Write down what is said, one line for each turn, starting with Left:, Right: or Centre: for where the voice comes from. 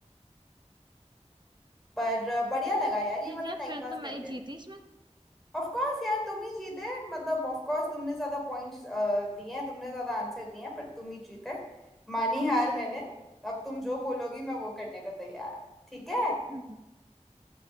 Centre: पर अ, बढ़िया लगा यार ये
Right: ठीक
Centre: वाला
Right: है
Centre: टाइम
Right: फिर
Centre: पास
Right: तो मैं
Centre: करके
Right: ही जीती इसमें
Centre: ऑफ कोर्स यार तुम ही जीते मतलब ऑफ कोर्स तुमने ज्यादा पॉइंट्स दिए हैं तुमने ज्यादा आंसर दिए हैं पर तुम ही जीते मानी हार मैंने अब तुम जो बोलोगी मैं वो करने को तैयार ठीक है
Right: हम्म